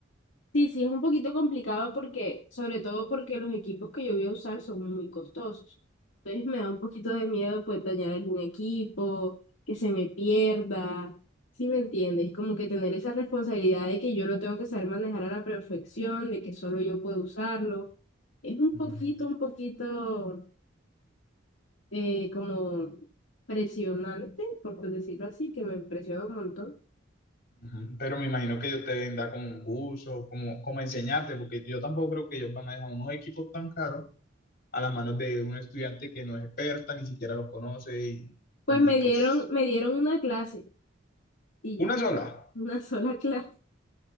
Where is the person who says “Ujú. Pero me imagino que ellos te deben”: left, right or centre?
Left